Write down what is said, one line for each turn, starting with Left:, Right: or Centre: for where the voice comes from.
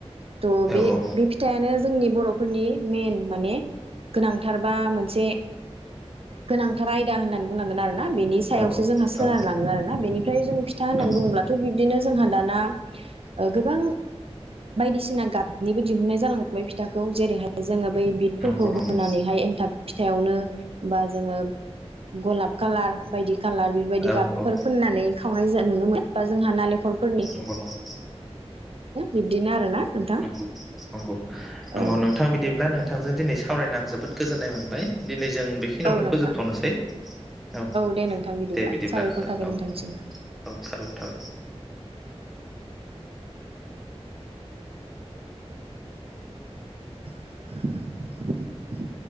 Right: त बे
Centre: औ औ
Right: बे फिथायानो जोंनि बर' फोरनि मेन माने गोनांथार बा मोनसे गोनांथार आयदा होननानै बुंनांगोन आरोना। बेनि सायावसो
Centre: औ
Right: जोंहा सोनार
Centre: औ
Right: लाङो आरोना बेनिफ्राय जों फिथा होननानै
Centre: औ
Right: ब बुंङोबथ' बिबदिनो जोंहा दाना गोबां बायदिसिना गाबनिबो दिहुननाय जालां बै फिथाखौ जेरैहाय जोङो बै बिदफोरखौ
Centre: नंगौ
Right: होनानैहाय
Centre: नंगौ
Right: एनथाब फिथायावनो बा जोङो गलाब कालार बायदि कालार बेफोरबायदि
Centre: औ
Right: गाबफोर
Centre: औ
Right: फोननानै खावनाय जायो। नुनो मोन बा जोंहा नालेंखरफोर
Centre: नंगौ नंगौ
Right: बिब्दिनो आरोना नोंथां
Centre: नंगौ नंगौ नंगौ
Right: औ
Centre: नोंथां बिदिब्ला नोंथांजों दिनै सा सावरायनो आं जोबोद गोजोन्नाय मोनबाय दिनै। जों बेखिनियावनो
Right: औ नोंथां
Centre: फोजोबथ'नोसै औ
Right: दे नोंथां
Centre: दे बिदिब्ला
Right: साबायखर
Centre: नोंथां
Right: थाबाय
Centre: औ
Right: नोंथांनिसिम
Centre: औ औ साबायखर थाबाय।
Right: <inaudible>